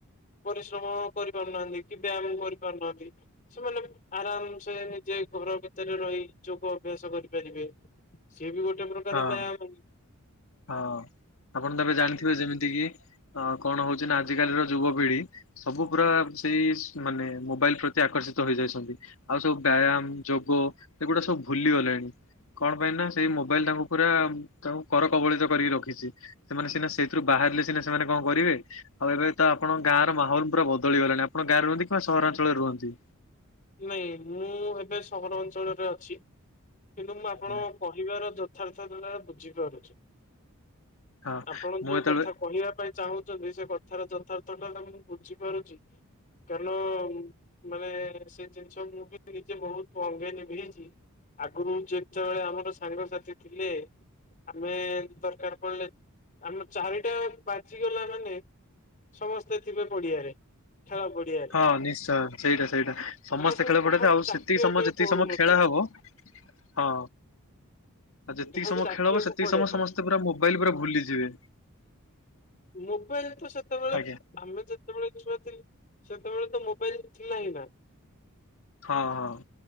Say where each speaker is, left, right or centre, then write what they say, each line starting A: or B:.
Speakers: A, on the left; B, on the left.
A: ପରିଶ୍ରମ କରିପାରୁନାହାନ୍ତି। କି ବ୍ୟାୟାମ କରିପାରୁନାହାନ୍ତି। ତି ସେମାନେ ଆରାମ ସେ ନିଜେ ଘର ଭିତରେ ରହି ଯୋଗ ଅଭ୍ୟାସ କରିପାରିବେ। ସିଏ ବି ଗୋଟେ ପ୍ରକାର
B: ହଁ।
A: ବ୍ୟାୟମ।
B: ହଁ ଆପଣ ତେବେ ଜାଣିଥିବେ ଯେମିତି କିି ଅ, କଣ ହଉଚି ନା ଆଜିକାଲିର ଯୁବ ପିଢି ସବୁ ପୁରା ସେଇ ମାନେ ମୋବାଇଲ୍ ପ୍ରତି ଆକର୍ଷିତ ହେଇଯାଇଛନ୍ତି। ଆଉ ସବୁ ବ୍ୟାୟ ଆମ ଯୋଗ ଏଗୁଡା ସବୁ ଭୁଲି ଗଲେଣି। କଣ ପାଇଁ ନା ସେଇ ମୋବାଇଲ୍ ତାଙ୍କୁ ପୁରା ତାଙ୍କୁ କର କବଳିତ କରିକି ରଖିଛି। ସେମାନେ ସିନା ସେଇଥିରୁ ବାହାରିଲେ ସିନା ସେମାନେ କଣ କରିବେ। ଆଉ ଏବେ ତ ଆପଣ ଗାଁର ମାହଲ ପୁରା ବଦଳିଗଲାଣି। ଆପଣ ଗାଁରେ ରୁହନ୍ତି କିମ୍ବା ସହରାଞ୍ଚଳରେ ରୁହନ୍ତି।
A: ନାଇଁ ମୁଁ ଏବେ ସହର ଅଞ୍ଚଳରେ ଅଛି। କିନ୍ତୁ ମୁଁ ଆପଣଙ୍କ
B: ଆଜ୍ଞା।
A: କହିବାର ଯଥାର୍ଥ ବୁଝିପାରୁଛି।
B: ହଁ
A: ଆପଣ
B: ମୁଁ
A: ଯୋଉ
B: ଯେତେବେଳେ
A: କଥା କହିବା ପାଇଁ ଚାହୁଁଚନ୍ତି ସେ କଥାର ଯଥା ଟୋଟାଲ ଟାକୁ ମୁଁ ବୁଝିପାରୁଚି କାରଣ ମାନେ ସେ ଜିନିଷ ମୁଁ ବି ନିଜେ ବହୁତ ଅଙ୍ଗେ ନିଭେଇଚି। ଆଗରୁ ଯେତେବେଳେ ଆମର ସାଙ୍ଗସାଥି ଥିଲେ। ଆମେ ଦରକାର ପଡିଲେ ଆମ ଚାରିଟା ବାଜିିଗଲା ମାନେ ସମସ୍ତେ ଥିବେ ପଡିଆରେ। ଖେଳ ପଡିଆରେ
B: ହଁ ନିଶ୍ଚୟ ସେଇଟା ସେଇଟା। ସମସ୍ତେ
A: କାହାକୁ
B: ଖେଳ
A: କାହାକୁ
B: ପଡନ୍ତେ ଆଉ ସେତିକି
A: ଡାକିବା
B: ସମୟ
A: ପାଇଁ
B: ଯେତିକି
A: ପଡୁନଥିଲା।
B: ସମୟ ଖେଳ ହବ ହଁ ଆଉ ଯେତିକି
A: କାହାକୁ
B: ସମୟ
A: ଡାକିବାକୁ
B: ଖେଳ ହବ ସେତିକି
A: ପଡେ
B: ସମୟ
A: ନା
B: ସମସ୍ତେ ପୁରା ମୋବାଇଲ୍ ପୁରା ଭୁଲିଯିବେ।
A: ମୋବାଇଲ୍ ତ ସେତେବେଳେ
B: ଆଜ୍ଞା।
A: ଆମେ ଯେତେବେଳେ ଛୁଆ ଥ ସେତେବେଳେ ତ ମୋବାଇଲ୍ ଥିଲା ହିଁ ନା।
B: ହଁ, ହଁ।